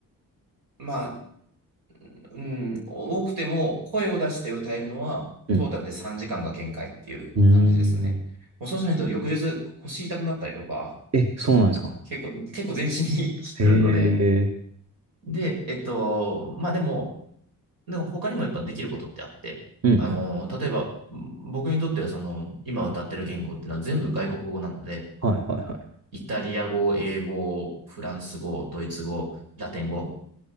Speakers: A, on the right; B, on the right.
A: まあ、うん、多くても声を出して歌えるのはトータルで3時間が限界っていう感じですね。
B: うん。うーん。
A: もうそうしないと翌日腰痛くなったりとか、
B: え、そうなんですか。
A: 結構、結構全身に <laughs> 来るので。
B: へえ。
A: で、えっと、まあでも、でも他にもやっぱできることってあって、
B: うんうん。
A: あの、例えば僕にとってはその今歌ってる言語っていうのは全部外国語なので、
B: はいはいはい。
A: イタリア語、英語、フランス語、ドイツ語、ラテン語。